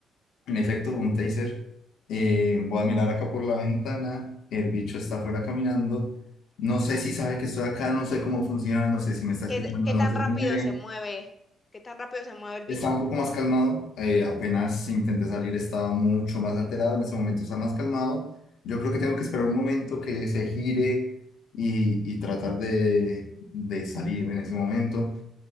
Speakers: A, on the left (about 70°); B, on the left (about 30°).
A: En efecto, un taser. Eh, voy a mirar acá por la ventana. El bicho está afuera caminando. No sé si sabe que estoy acá, no sé cómo funciona, no sé si me está escuchando,
B: ¿Qué, t- qué
A: no
B: tan
A: sé
B: rápido
A: si me ve.
B: se mueve? ¿Qué tan rápido se mueve el bicho?
A: Estaba un poco más calmado, eh, apenas intenté salir estaba mucho más alterado, en ese momento está más calmado. Yo creo que tengo que esperar un momento que se gire y, y tratar de, de salir en ese momento.